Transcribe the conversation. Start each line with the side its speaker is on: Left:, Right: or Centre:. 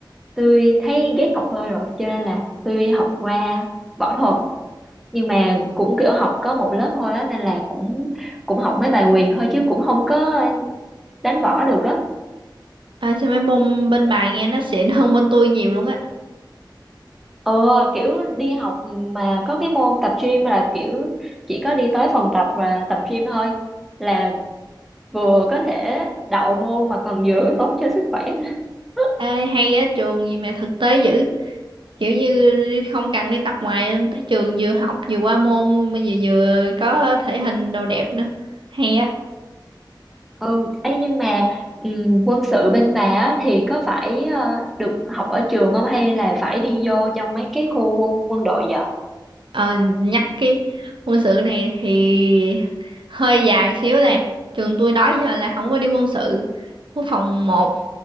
Centre: tôi thấy ghét học bơi rồi cho nên là tôi học qua võ thuật nhưng mà cũng kiểu học có một lớp thôi á nên là cũng cũng học mấy bài quyền thôi chứ cũng không có đánh võ được á
Right: à, sao mấy môn bên bài nghe nó xịn hơn bên tôi nhiều luôn á
Centre: ờ kiểu đi học mà có cái môn tập gym là kiểu chỉ có đi tới phòng tập và tập gym thôi là vừa có thể đậu môn mà còn vừa tốt cho sức khỏe nữa
Right: Ê,
Centre: <laughs>
Right: hay á trường gì mà thực tế dữ kiểu như không cần đi tập ngoài lên tới trường vừa học vừa qua môn mà vừa vừa có thể hình đồ đẹp nữa hay á
Centre: ừ ấy nhưng mà ừm, quân sự bên bà á, thì có phải ờ, được học ở trường không hay là phải đi vô trong mấy cái khu quân, quân đội vậy
Right: Ờ, nhắc cái quân sự này thì hơi dài xíu là trường tôi đó giờ là không có đi quân sự quốc phòng một